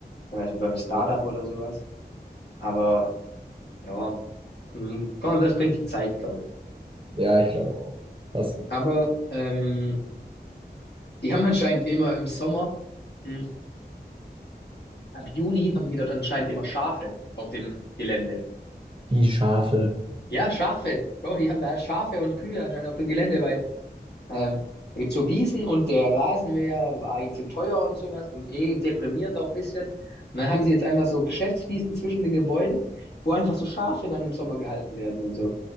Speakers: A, on the left; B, on the right.
A: zum Beispiel beim Startup
B: ja.
A: oder sowas. Aber ja, hm, komm, das bringt die Zeit, glaube ich.
B: Ja, ich glaube auch. Hast du recht.
A: Aber ähm, die haben anscheinend immer im Sommer, hm, ab Juni haben die dort anscheinend immer Schafe auf dem Gelände.
B: Die Schafe.
A: Ja, Schafe. Bro, die haben da Schafe und Kühe anscheinend auf dem Gelände, weil Ähm, da gibt's so Wiesen und der Rasenmäher war ihnen zu teuer und sowas und eh deprimierend auch ein bisschen. Und dann haben sie jetzt einfach so Geschäftswiesen zwischen den Gebäuden, wo einfach so Schafe dann im Sommer gehalten werden und so.